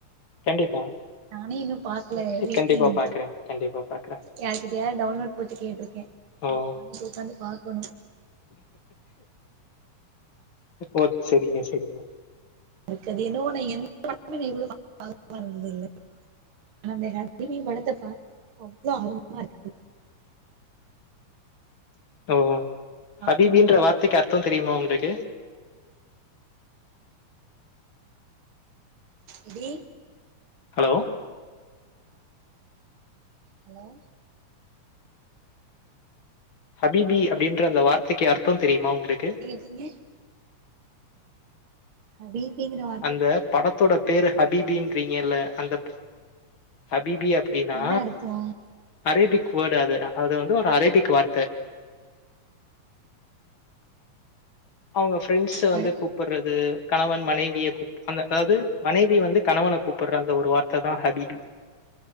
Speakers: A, on the left; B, on the right.
A: கண்டிப்பா
B: நானே இன்னு பாக்கல வெய்ட்டிங்
A: கண்டிப்பா பாக்குறேங்க. கண்டிப்பா பாக்குறேன்.
B: யாருகிட்டயாது டவுன்லோட் போட்டு கேட்டிருக்கே கேட்டு
A: ஓ!
B: வாங்கிட்டு உக்காந்து பாக்கணு
A: ஓ செரிங்க செரிங்க
B: இருக்காது என்னவோ ந எந்த படமே இவ்ளோ பரபரப்பா இருந்ததுல்ல ஐ யாம் ஹேப்பி படத்த பாக்க அவ்ளோ ஆர்வமா இருக்குது
A: ஓ
B: பாக்கணு
A: ஹபிபின்ற வார்த்தைக்கு அர்த்தோ தெரியுமா ஒங்ளுக்கு
B: இடி
A: ஹலோ
B: ஹலோ
A: ஹபீபி அப்டின்ற அந்த வார்த்தைக்கு அர்த்தோ தெரியுமா ஒங்களுக்கு
B: எங்கே ஹபீபிங்கன்ற வார்
A: அந்த படத்தோட பேரு ஹபீபின்றிங்கல்ல அந்தப் ஹபீபி அப்டினா
B: என்ன அர்த்தோ
A: அரேபிக் வேர்டு அது அது வந்து ஒரு அரேபிக் வார்த்த அவுங்க ஃப்ரெண்ட்ஸ்
B: பட
A: வந்து கூப்பறது கணவன் மனைவிய கூப் அந்த அதாவது மனைவி வந்து கணவன கூப்பட்ற அந்த ஒரு வார்த்த தா ஹபீபி